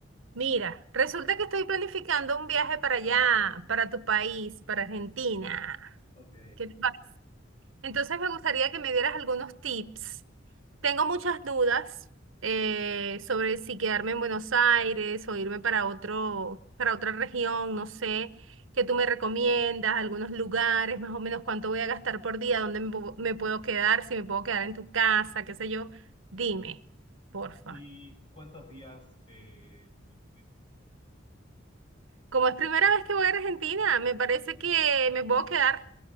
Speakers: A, on the right; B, on the left.
A: Mira, resulta que estoy planificando un viaje para allá, para tu país, para Argentina.
B: Ok.
A: ¿Qué te parece? Entonces me gustaría que me dieras algunos tips. Tengo muchas dudas eh, sobre si quedarme en Buenos Aires o irme para otro, para otra región, no sé, qué tú me recomiendas, algunos lugares, más o menos cuánto voy a gastar por día, dónde me, pu- me puedo quedar, si me puedo quedar en tu casa, qué sé yo. Dime, porfa.
B: ¿Y cuántos días eh, tenés?
A: Como es primera vez que voy a Argentina, me parece que me puedo quedar